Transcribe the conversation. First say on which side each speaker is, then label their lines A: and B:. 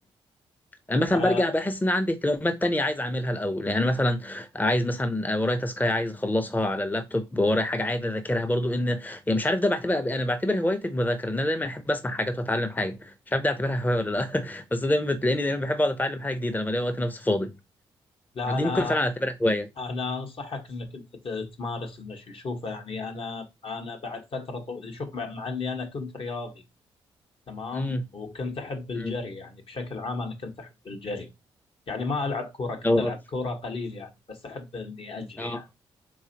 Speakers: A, on the left; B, on the left.
A: يعني مثلا
B: آه،
A: برجع بحس ان عندي اهتمامات تانية عايز اعملها الاول يعني مثلا عايز مثلا ورايا تاسكاي عايز اخلصها على اللابتوب ورايا حاجه عايز اذاكرها برضو ان يعني مش عارف ده بعتبر انا بعتبر هوايه المذاكره ان انا دايما احب اسمع حاجات واتعلم حاجه مش عارف ده اعتبرها هوايه ولا لا <laughs> بس دايما بتلاقيني دايما بحب اقعد اتعلم حاجه جديده لما الاقي وقت نفسي فاضي
B: لا
A: دي
B: انا
A: ممكن فعلا اعتبرها هوايه
B: انا انصحك انك انت ت- تمارس المشي شوف يعني انا انا بعد فتره طو... شوف مع, مع اني انا كنت رياضي تمام
A: امم
B: وكنت احب الجري
A: أمم.
B: يعني بشكل عام انا كنت احب الجري يعني ما العب كوره كنت
A: اه
B: العب كوره قليل يعني بس احب اني اجري
A: اه
B: يعني